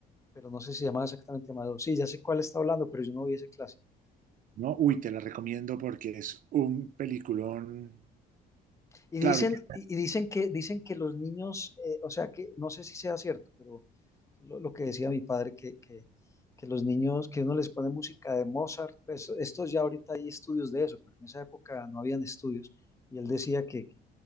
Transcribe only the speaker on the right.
¿no? Uy, te la recomiendo porque es un peliculón.
Claro,
que